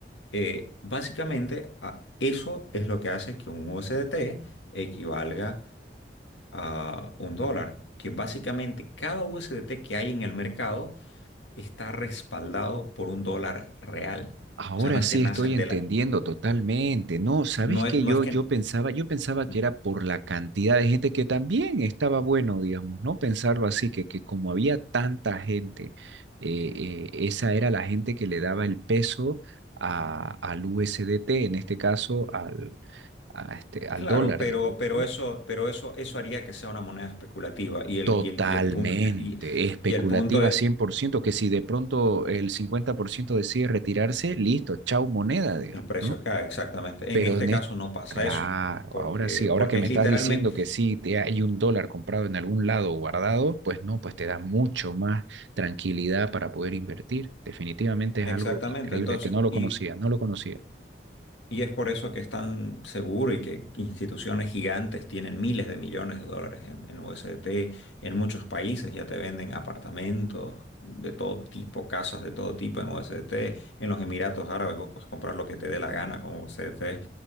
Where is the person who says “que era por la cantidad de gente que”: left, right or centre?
Right